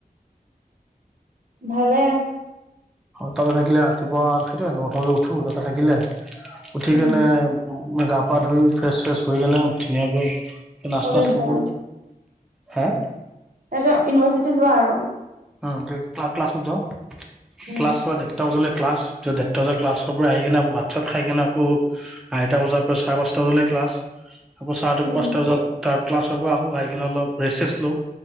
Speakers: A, on the right; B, in the centre.
A: ভালে,
B: তাতে থাকিলে। ৰাতিপুৱা সেইটো নটা বজাত উঠো তাতে থাকিলে। উঠি
A: উম,
B: কেনে গা পা ধুই ফ্ৰেচ ফ্ৰেছ হয় কেনে ধুনীয়াকে নচতা
A: কলেজ
B: আষ্ট্ত
A: যায়।
B: কৰো। হে
A: তাৰ পিছত ইউনিভাৰ্চিটি যোৱা আৰু
B: অ', ক্লাছত যাওঁ
A: উম,
B: ক্লাছ চ এটা বজালৈ ক্লাছ পছ ডৰটা বজাৰ ক্লাছৰ পৰা আহি কিনেকৌ ভাত চাত খাই কিনে আকৌ আঢটা বজাৰ পৰা চাৰ পাঁচটা বজালৈ ক্লাছ আকৌ ছাৰটোক
A: উম,
B: পাঁচটা বজাত তাৰ ক্লাছৰ পৰা আহোঁ আহি কিনে অলপ ৰেছেছ লওঁ